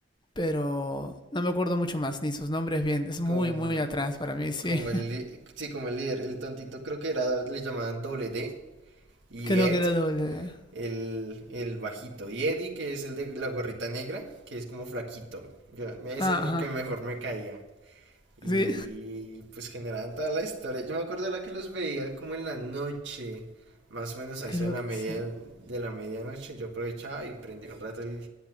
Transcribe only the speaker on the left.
Pero no me acuerdo mucho más ni sus nombres bien. Es muy,
muy atrás para mí, sí.
<laughs> Creo
que era doble.
Ah,
ajá.
Sí,
creo
que
sí.